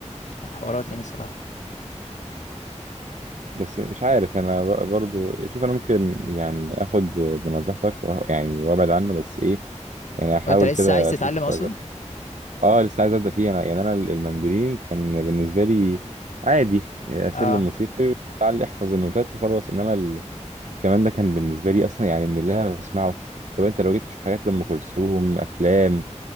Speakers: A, on the left; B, on the right.
A: حوارات يعني صراحه
B: بس مش عارف انا ب- برضو شوف انا ممكن يعني اخد بنصيحتك وه- يعني وابعد عنه بس ايه يعني احاول
A: وانت لسه
B: كده
A: عايز تتعلم
B: اشوف
A: اصلا
B: اه لسه عايز ابدا فيه انا يعني انا المندولين كان بالنسبه لي عادي سلم
A: اه
B: موسيقي وتعال احفظ النوتات وخلاص انما ال- الكمان ده كان بالنسبه لي اصلا يعني من اللي انا بسمعه سواء انت لو جيت تشوف حاجات لام كلثوم افلام